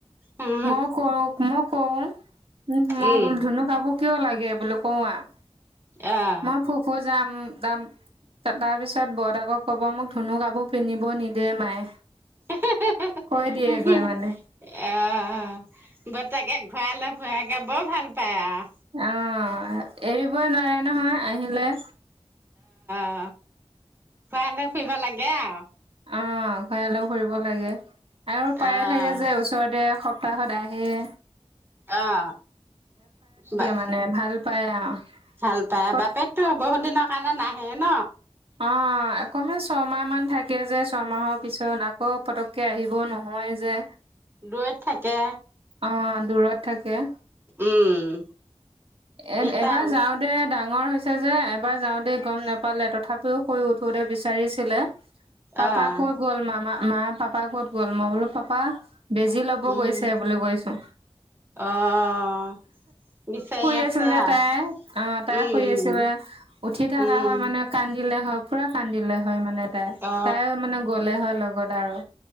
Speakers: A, on the right; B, on the right.
A: উম
B: মই ক মই কও উ মই
A: উম
B: বোল ধুনু কাপো কিয় লাগে বোলে কও আও
A: অ'
B: ম ফোফু যাম। তাৰ পিছত বৰ্তাকক কব মোক ধুনু কাপোৰ পিন্ধিব নিদে মায়ে
A: অ বতাকে
B: কৈ
A: ঘূৰাই
B: দিয়েগৈ
A: লৈ
B: মানে
A: ফুৰে। তে বৰ ভাল পায় আৰু।
B: অ এৰিবই নোৱাৰে নহয় আহিলে।
A: অ ফুৱাই লৈ ফুইব লাগে আ
B: অ ঘুৰায়লৈ ফুৰিব লাগে। আৰু পায়ে
A: অ'
B: থাকে যে ওচৰতে সপ্তাহ সদায়। সেই
A: অ বা
B: মানে ভাল পায় আও
A: ভাল পায়
B: কত
A: বাপেকতো বহুত দিনৰ কাৰণে নাহ। হে ন
B: অ অকমান ছমাহ মান থাকে যে ছমাহৰ পিছত আকৌ পতককে আহিব নহয় যে।
A: দুৰৈত থাকে
B: অ দূৰত থাকে।
A: উম
B: এ
A: এতিয়া
B: এবাৰ যাওঁ তে ডাঙৰ ডাঙৰ হৈছে যে এবাৰ যাওঁতে গম নোপালে তথাপিও শুই উঠোতে বিচাৰিছিলে। পাপা
A: অ'
B: কত গ'ল মামা। মা পাপা ক'ত গ'ল মই বোলো পাপা বেজি লব
A: উম
B: গৈছে বুলি কৈছো।
A: অ' বিচাৰি
B: শুই
A: আছে
B: আছিল যে
A: আৰু
B: তাই অ তাই
A: উম
B: শুই
A: উম
B: আছিল উঠি থকা
A: উম
B: হয় মানে কান্দিলে হয় পুৰা কান্দিলে হয় মানে তাই
A: অ
B: তাই মানে গ'লে হয় লগত। বাৰু